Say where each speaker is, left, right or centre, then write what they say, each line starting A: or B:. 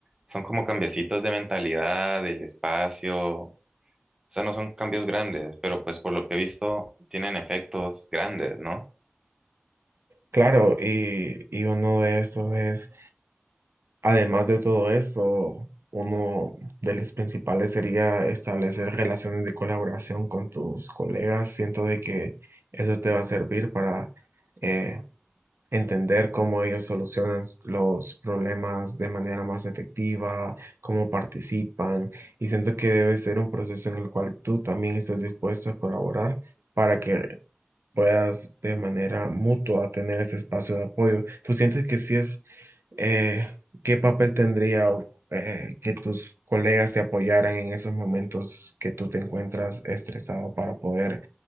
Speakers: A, on the right (about 15°); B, on the right (about 75°).
A: son como cambiecitos de mentalidad, del espacio. O sea, no son cambios grandes, pero pues por lo que he visto, tienen efectos grandes, ¿no?
B: Claro, y, y uno de estos es Además de todo esto, uno de los principales sería establecer relaciones de colaboración con tus colegas. Siento de que eso te va a servir para eh, entender cómo ellos solucionan los problemas de manera más efectiva, cómo participan. Y siento que debe ser un proceso en el cual tú también estés dispuesto a colaborar para que puedas de manera mutua tener ese espacio de apoyo. ¿Tú sientes que sí es eh, ¿qué papel tendría eh, que tus colegas te apoyaran en esos momentos que tú te encuentras estresado para poder